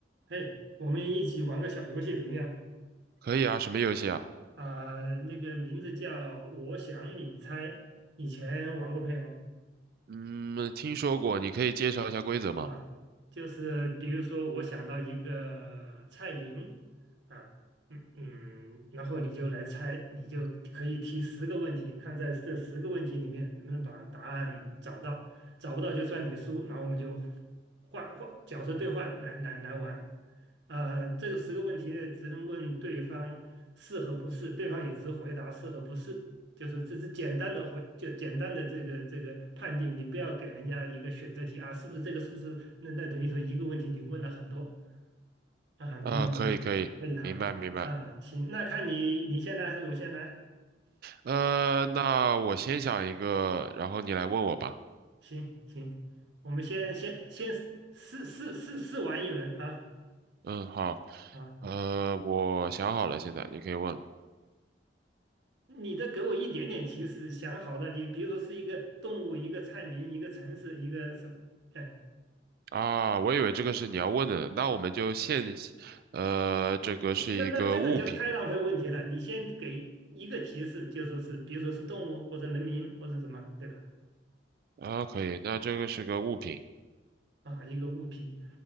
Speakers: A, on the right; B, on the right.
A: 嘿，我们一起玩个小游戏怎么样？
B: 可以啊，什么游戏啊？
A: 啊、那个名字叫“我想你猜”，以前玩过没有？
B: 嗯，听说过，你可以介绍一下规则吗？
A: 啊，就是比如说，我想到一个菜名啊，嗯嗯，然后你就来猜，你就可以提十个问题，看在这十个问题里面能不能把答案找到，找不到就算你输，然后我们就换换角色兑换来来来玩。啊，这个十个问题呢，只能问对方是和不是，对方也只回答是和不是。就是这是简单的回，就简单的这个这个判定，你不要给人家一个选择题啊，是不是这个，是不是那那等于说一个问题你问了很多啊，明白没有？
B: 啊，可以，可以，
A: 可以哈啊，
B: 明白，明白。
A: 行，那看你你先来还是我先来？
B: 呃，那我先想一个，然后你来问我吧。
A: 行行，我们先先先试试试试玩一轮啊
B: 嗯，好。
A: 啊，
B: 呃，我想好了，现在你可以问了。
A: 你的给我一点点提示，想好的，你比如说是一个动物，一个菜名，一个城市，一个什么，哎
B: 啊，我以为这个是你要问的呢，那我们就现，呃，这个是一个物品
A: 那那这个就太浪费问题了。你先给一个提示，就说是，比如说是动物或者人名或者什么，对吧？
B: 啊，可以，那这个是个物品，
A: 啊，一个物品。